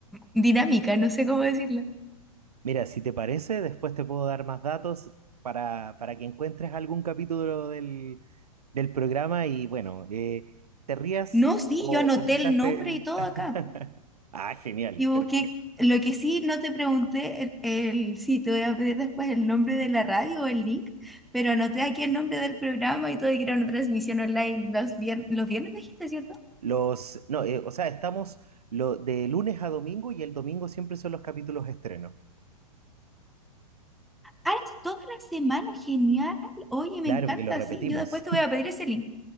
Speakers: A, in the centre; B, on the right.
A: dinámica, no sé cómo decirlo.
B: Mira, si te parece, después te puedo dar más datos para, para que encuentres algún capítulo del, del programa y bueno, eh, te rías
A: No, sí,
B: o,
A: yo anoté
B: o quizás
A: el nombre
B: te...
A: y todo acá.
B: <laughs> Ah, genial,
A: Y busqué,
B: perfecto.
A: lo que sí no te pregunté, el, el- sí, te voy a pedir después el nombre de la radio o el link, pero anoté aquí el nombre del programa y todo, y que era una transmisión online los, vier- los viernes, me dijiste, ¿cierto?
B: Los, no, eh, o sea, estamos lo, de lunes a domingo y el domingo siempre son los capítulos estreno.
A: Ah, es toda la semana, genial. Oye, me
B: Claro,
A: encanta,
B: porque lo repetimos.
A: sí, yo después te voy a pedir ese link.